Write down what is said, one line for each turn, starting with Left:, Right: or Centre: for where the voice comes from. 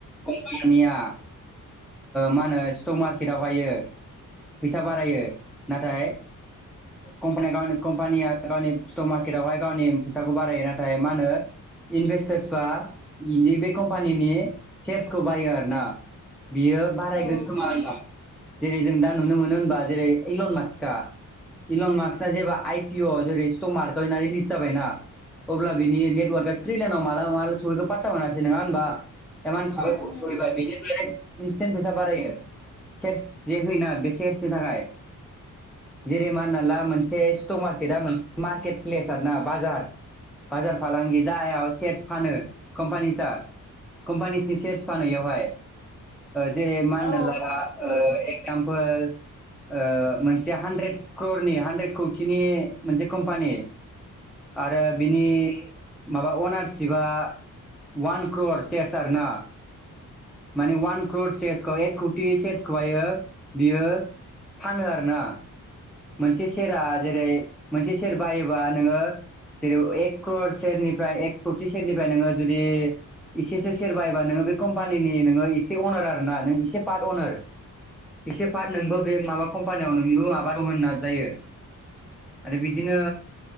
Centre: कमपानिया मा होनो स्टक मार्केटावहायो। फैसा बारायो नाथाय। कम्पानि गावनि कम्पानिया गावनि स्टक मार्केटवहाय गावनि फैसाखौ बारायो नाथाय मा होनो। इनभेस्टार्स बा बे कम्पानिनि सेयार्सखौ बायो आरोना। बियो बारायगोन
Left: औ
Centre: खोमा जेरै जों दा नुनो मोनो होनबा जेरै एलन माससिखा इलन मार्कसा जेब्ला आइ पि अ जेरै सित' मार्कआ इना रिलिस जाबायना अब्ला बिनि नेवर्कआ थ्रि लानाव माला माला सहैखो पा ता मोनासै नोङा होमबा <unintelligible>
Left: होम होम
Centre: इन्सटेन्ट फैसा बारायो सेयार्स जे होयोना बे सेयार्सनि थाखाय जेरै माना ला मोनसे स्टक मार्केटआ मोनसे मार्केट प्लेस आरोना बाजार बाजार फालांगि जायाव सेयार्स फानो कम्पानिसा कम्पानिसनि सेयार्स फानो इवहाय जेरै मा होनना
Left: औ
Centre: ला <unintelligible> एकजामफोल। ओ मोनसे हानद्रेद क्रनि हानद्रेद कौथिनि मोनसे कम्पानि आरो बिनि माबा अनारशिपआ वान क्रर सेयारस आरोना। माने वान क्र सेेयासखौ एक कौटि सेसखौहायो। बियो फानो आरोना। मोनसे सेरा जेरै मोनसे सेर बायोबा नोङो। जेरै एक क्र सेरनिफ्राय एक कौथि सेरनिफ्राय नोङो जुदि एसेसो सेर बायोबा नोङो बे कम्पानिनि नोङो एसे अनार आरोना नों एसे पाट अनार। एसे फाट नोंबो बे माबा कम्पानियाव नोंनिबो माबा दं होनना जायो। आरो बिदिनो।